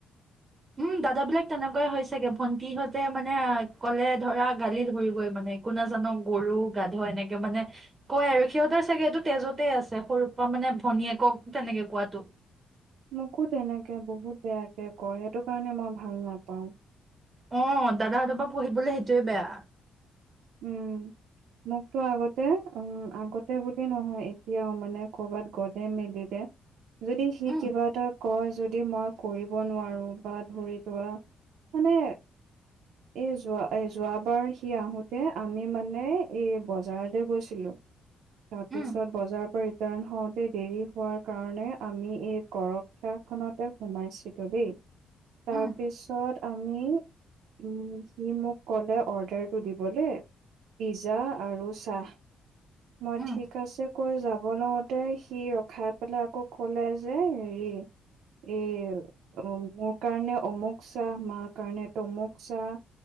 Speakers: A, on the right; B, on the right.
A: উম দাদাবিলাক তেনেকুৱাই হৈ চাগে ভন্টিহঁতে মানে কলে ধৰা গালি ধৰিবই মানে একো নাজান গৰু গাধ এনেকে মানে কয় আৰু সিহঁতৰ চাগে এইটো তেজতেই আছে সৰুৰ পৰা মানে ভনীয়েকক তেনেকে কোৱাতো
B: মোকো তেনেকে বহুত বেয়াকে কয় সেইটো কাৰণে মই ভাল নাপাওঁ
A: অ দাদাহঁতৰ পৰা পঢ়িবলৈ সেইটোয়ে বেয়া
B: উম মোকতো আগতে উম আগতে বুলি নহয় এতিয়াও মানে কৰবাত গলে মেলিলে যদি সি
A: উম
B: কিবা এটা কয় যদি মই কৰিব নোৱাৰো বা ধৰি লোৱা মানে এ যোৱা এ যোৱাবাৰ সি আহো তে আমি মানে এই বজাৰলৈ গৈছিলো তাৰপিছত
A: উম
B: বজাৰৰ পৰা ৰিটাৰ্ণ হওঁতে দেৰি হোৱাৰ কাৰণে আমি এই গৰম গাঁও খনতে সোমাইছিলো দেই তাৰপিছত
A: উম
B: আমি উম সি মোক ক'লে অৰ্ডাৰটো দিব দিবলে পিজ্জা আৰু চাহ মই
A: উম
B: ঠিক আছে কৈ যাব লওঁতে সি ৰখাই পেলাই আকৌ কলে যে হেৰি এ মোৰ কাৰণে অমুক চাহ মাৰ কাৰণে তমুক চাহ